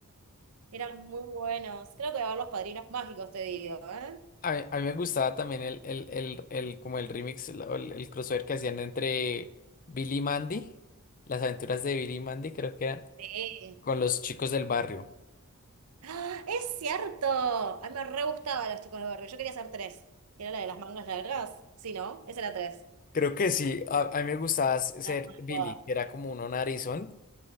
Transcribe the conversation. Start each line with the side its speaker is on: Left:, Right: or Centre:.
Right: Eran muy buenos. Creo que va a haber los padrinos mágicos, te digo, ¿eh?
Left: A mí, a mí me gustaba también el, el, el, el- como el remix, el, el- el crossover que hacían entre Billy y Mandy, las aventuras de Billy y Mandy, creo que era,
Right: Sí.
Left: con los chicos del barrio.
Right: ¡Ah! ¡Es cierto! A mí me re gustaban los chicos del barrio. Yo quería hacer tres. que era la de las mangas largas? Sí, ¿no? Esa era tres.
Left: Creo que sí, a, a mí me gustaba s- ser
Right: La más
Left: Billy,
Right: guapa.
Left: que era como uno narizón,